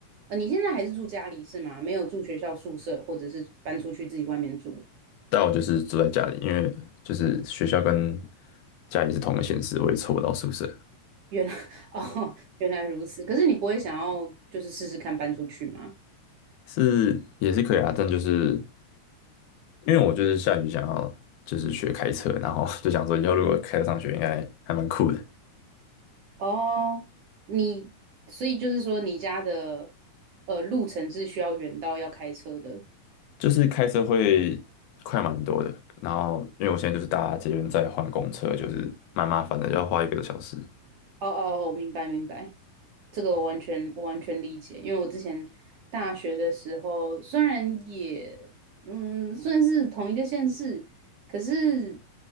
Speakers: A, on the right; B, on the left.
A: 呃，你现在还是住家里是吗？没有住学校宿舍，或者是搬出去自己外面住？
B: 但我就是住在家里，因为就是学校跟家里是同个县市，我也凑不到宿舍，
A: 原来 <laughs> 哦，原来如此。可是你不会想要就是试试看搬出去吗？
B: 是也是可以啊，但就是因为我就是下雨想要就是学开车，然后就想说以后如果开车上学应该还蛮酷的。
A: 哦，你所以就是说你家的呃路程是需要远到要开车的。
B: 就是开车会快蛮多的，然后因为我现在就是搭捷运再换公车，就是蛮麻烦的，要花一个多小时，
A: 哦哦，我明白明白，这个我完全我完全理解，因为我之前大学的时候虽然也嗯算是同一个县市，可是